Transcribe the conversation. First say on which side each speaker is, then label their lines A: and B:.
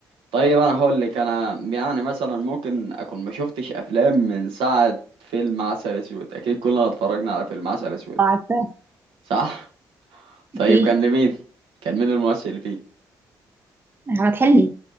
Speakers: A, on the right; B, on the right.
A: طيب انا هقول لك انا يعني مثلا ممكن اكون ما شفتش افلام من ساعه فيلم عسل اسود اكيد كلنا اتفرجنا على فيلم عسل اسود
B: عارفه
A: صح طيب
B: دي
A: كان لمين كان مين الممثل اللي فيه
B: احمد حلمي